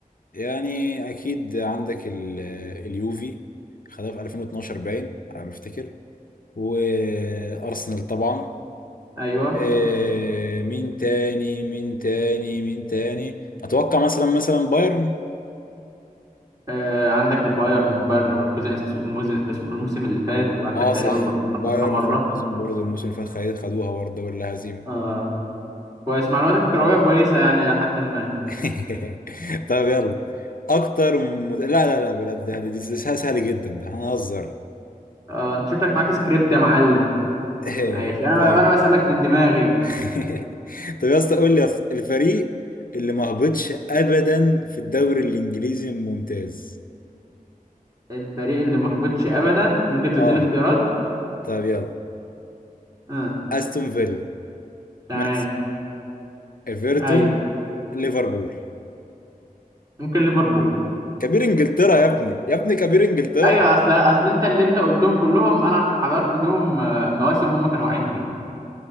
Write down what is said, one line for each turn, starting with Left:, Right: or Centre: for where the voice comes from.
Left: يعني اكيد عندك ال- اليوفي خدها في 2012 باين على ما افتكر وارسنال طبعا
Right: ايوه
Left: آه، مين تاني مين تاني مين تاني اتوقع مثلا مثلا بايرن
Right: آه عندك البايرن وبايرن ليفركوزن الس- الموسم الموسم اللي فات وعندك
Left: اه
Right: تقريبا
Left: صح
Right: برشلونة
Left: باير
Right: خدها مرة
Left: ليفركوزن برضه الموسم اللي فات خد- خدوها برضه الدوري اللا هزيمه
Right: آه كويس معلوماتك الكروية كويسة يعني إلى حد ما
Left: <laughs> طب يلا اكتر مد... لا لا لا بلا ده ده, ده سهل سهل جدا ده هنهزر
Right: اه انت شكلك معاك سكريبت يا معلم
Left: <laughs>
Right: ماشي انا
Left: طيب
Right: انا بسألك من دماغي
Left: <laughs> طب يا اسطى قول لي يا اسطى الفريق اللي ما هبطش ابدا في الدوري الانجليزي الممتاز
Right: الفريق اللي ما هبطش ابدا ممكن تديني
Left: اه
Right: اختيارات
Left: طب يلا
Right: اه
Left: استون فيلا
Right: تمام
Left: مان سيتي ايفرتون
Right: ايوه
Left: ليفربول
Right: ممكن ليفربول
Left: كبير انجلترا يا ابني يا ابني كبير انجلترا
Right: ايوه اصل اصل انت اللي انت قلتهم كلهم انا حضرت ليهم آه، مواسم هم كانوا واقعين فيها